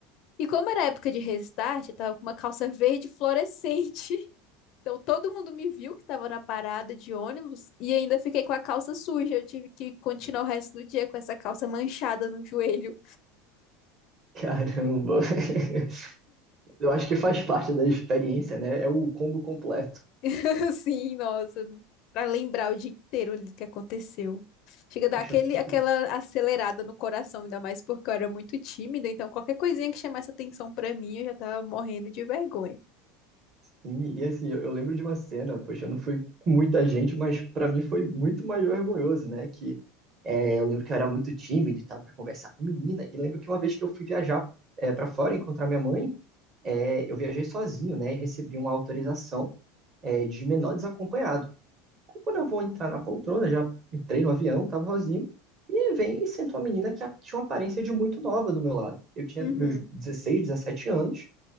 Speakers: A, on the left; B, on the right.
A: E como era época de restart, eu tava com uma calça verde fluorescente. <laughs> Então todo mundo me viu que tava na parada de ônibus e ainda fiquei com a calça suja. Eu tive que continuar o resto do dia com essa calça manchada no joelho.
B: caramba. <laughs> Eu acho que faz parte da experiência, né? É o combo completo.
A: <laughs> Assim, nossa, pra lembrar o dia inteiro ali do que aconteceu. Chega a dar
B: Puxa,
A: aquele, aquela
B: tá-
A: acelerada no coração, ainda mais porque eu era muito tímida, então qualquer coisinha que chamasse atenção pra mim, eu já tava morrendo de vergonha.
B: e, e assim, eu, eu lembro de uma cena, poxa, não foi com muita gente, mas pra mim foi muito mais vergonhoso, né? Que é, eu lembro que eu era muito tímido e tal pra conversar com menina. E lembro que uma vez que eu fui viajar é, para fora encontrar minha mãe, é, eu viajei sozinho, né? E recebi uma autorização é, de menor desacompanhado. Aí quando eu vou entrar na poltrona, já entrei no avião, tava sozinho, e vem e senta uma menina que a- tinha uma aparência de muito nova do meu lado. Eu tinha
A: Uhum.
B: meus 16, 17 anos.